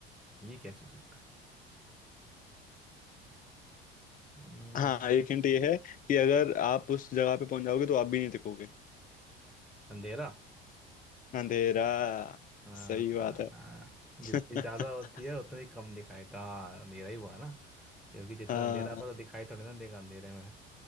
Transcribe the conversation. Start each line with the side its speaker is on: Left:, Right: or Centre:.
Centre: ये कैसे हो सकता है हम्म,
Left: हाँ एक हिंट ये है कि अगर आप उस जगह पे पहुंच जाओगे तो आप भी नहीं दिखोगे
Centre: अंधेरा
Left: अंधेरा
Centre: आ, आ,
Left: सही बात है
Centre: आ, जितनी
Left: <laughs>
Centre: ज्यादा होती है उतनी कम दिखाई था हाँ, अंधेरा ही हुआ ना क्योंकि जितना
Left: हाँ
Centre: अंधेरा होगा तो दिखाई थोड़ी ना देगा अंधेरे में